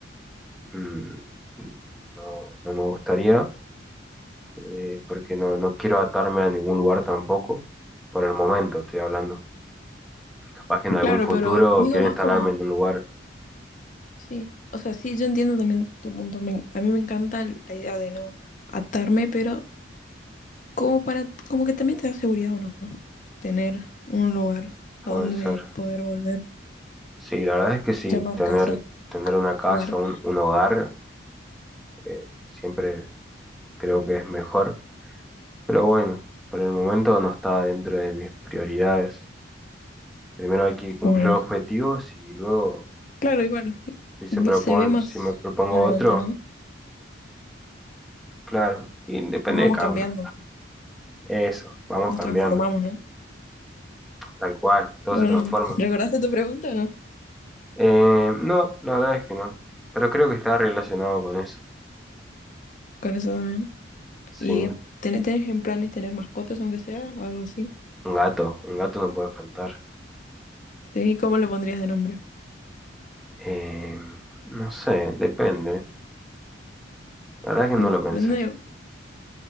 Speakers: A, in the centre; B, on the left.
A: mm, no, no me gustaría, eh, porque no, no quiero atarme a ningún lugar tampoco, por el momento estoy hablando. Capaz que en algún
B: Claro,
A: futuro
B: pero digo
A: quiero
B: más
A: instalarme
B: como,
A: en un lugar,
B: sí. O sea, sí, yo entiendo también tu punto. Me- a mí me encanta el- la idea de no atarme, pero como para, como que también te da seguridad o no, tener un lugar a
A: puede
B: donde
A: ser.
B: poder volver,
A: Sí, la verdad es que sí,
B: llamar
A: tener,
B: casa.
A: tener una casa,
B: jugar.
A: un, un hogar, eh, siempre creo que es mejor, pero bueno, por el momento no está dentro de mis prioridades. Primero hay que cumplir
B: Bueno,
A: los objetivos y luego,
B: claro, igual,
A: si se propon-
B: se ve más
A: si me propongo
B: adelante,
A: otro,
B: ¿no?
A: claro, y depende
B: Vamos
A: de cada
B: cambiando,
A: uno. Eso, vamos
B: nos
A: cambiando,
B: transformamos, ¿no?
A: tal cual, todo
B: Bueno,
A: se transforma.
B: ¿recordaste tu pregunta o no?
A: Eh, no, la verdad es que no, pero creo que está relacionado con eso,
B: Con eso también.
A: sí.
B: ¿Y eh, ten- tenés en planes tener mascotas, aunque sea, o algo así?
A: Un gato, un gato no puede faltar.
B: ¿Y cómo le pondrías de nombre?
A: Eh, no sé, depende. La verdad que no
B: Depende.
A: lo pensé.